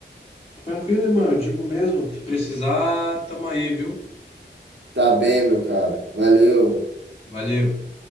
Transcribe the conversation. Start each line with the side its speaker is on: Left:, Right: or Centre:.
Left: Tranquilo, irmão. Eu digo mesmo que precisar, tamo aí, viu?
Right: Tá bem, meu cara. Valeu.
Left: Valeu.